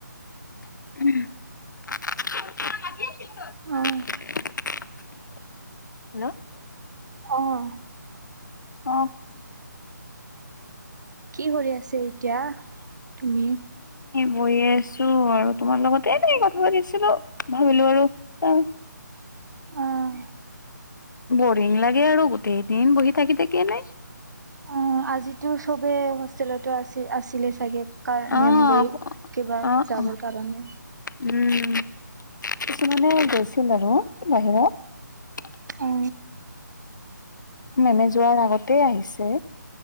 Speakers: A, on the left; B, on the right.
A: আছিল।
B: অ',
A: হেল্ল'।
B: অঁ।
A: অ'।
B: কি কৰি আছে এতিয়া তুমি?
A: বৈয়ে আছো আৰু তোমাৰ লগতে এনে কথা পাতিছিলো ভাবিলো আৰু চ উ
B: অ',
A: বৰিং লাগে আৰু গোটেইদিন বহি থাকি থাকি এনে
B: অ আজিতো চবে হোষ্টেলতো আছিল আছিলে চাগে ক মেম
A: অ',
B: গৰি কিবাৰ
A: অ',
B: যাবৰ কাৰণে
A: উম, কিছুমানে গৈছিল আৰু বাহিৰত
B: অ
A: মেমে যোৱাৰ আগতে আহিছে